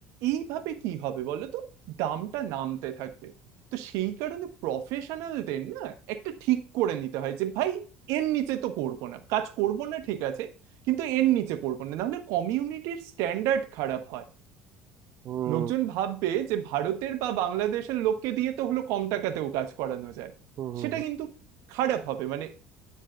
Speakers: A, on the right; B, on the right.
A: এইভাবে কি হবে বলো তো দামটা নামতে থাকবে তো সেই কারণে প্রফেশনালদের না একটা ঠিক করে নিতে হয় যে ভাই এর নিচে তো করবো না কাজ করবো না ঠিক আছে কিন্তু এর নিচে করবো না নাহলে কমিউনিটির স্ট্যান্ডার্ড খারাপ হয়
B: হুম
A: লোকজন ভাববে যে ভারতের বা বাংলাদেশের লোককে দিয়ে তো হলো কম টাকাতেও কাজ করানো যায়
B: হুম হুম
A: সেটা
B: হুম।
A: কিন্তু খারাপ হবে মানে